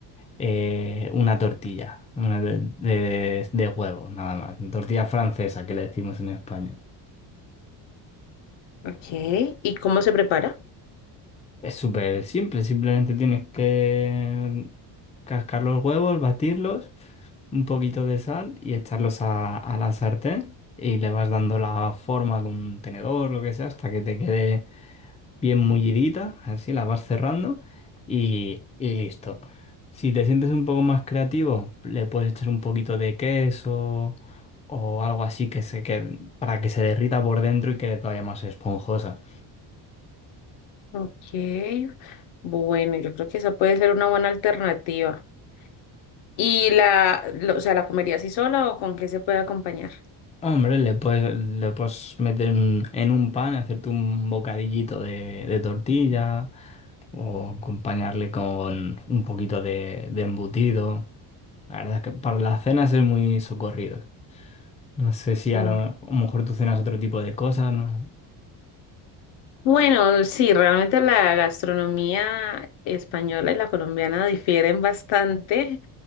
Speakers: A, on the left; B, on the left.
A: eh, una tortilla, una de, de, de huevo, nada más. Tortilla francesa que le decimos en España.
B: Ok, ¿y cómo se prepara?
A: Es súper simple, simplemente tienes que cascar los huevos, batirlos, un poquito de sal y echarlos a, a la sartén y le vas dando la forma con un tenedor, lo que sea, hasta que te quede bien mullidita, así la vas cerrando y, y listo. Si te sientes un poco más creativo, le puedes echar un poquito de queso o algo así que se quede, para que se derrita por dentro y quede todavía más esponjosa.
B: Ok, bueno, yo creo que esa puede ser una buena alternativa. ¿Y la, lo- o sea, la comería así sola o con qué se puede acompañar?
A: Hombre, le puedes, le puedes meter en, en un pan, hacerte un bocadillito de, de tortilla o acompañarle con un poquito de, de embutido. La verdad es que para las cenas es muy socorrido. No sé si
B: Mm.
A: a lo, a lo mejor tú cenas otro tipo de cosas, ¿no?
B: Bueno, sí, realmente la gastronomía española y la colombiana difieren bastante,